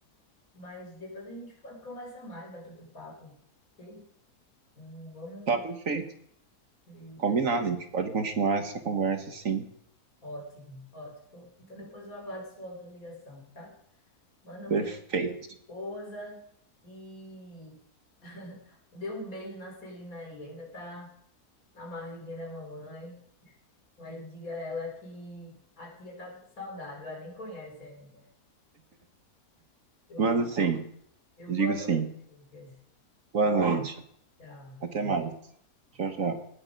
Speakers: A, on the left; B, on the right.
A: Mas depois a gente pode conversar mais, bater outro papo, ok? Hum, vamos.
B: Tá perfeito.
A: eh,
B: Combinado, a gente pode continuar essa conversa, sim.
A: Ótimo, ótimo. Então depois eu aguardo sua outra ligação, tá? Manda um
B: Perfeito.
A: beijo pra sua esposa e <laughs> dê um beijo na Celina aí. Ainda tá na barriguinha da mamãe, mas diga a ela que a tia tá com saudade, ela nem conhece ainda. Eu,
B: Mando sim.
A: eu
B: Digo
A: boa noite,
B: sim.
A: Lucas.
B: Boa noite.
A: Tchau.
B: Até mais. Tchau, tchau.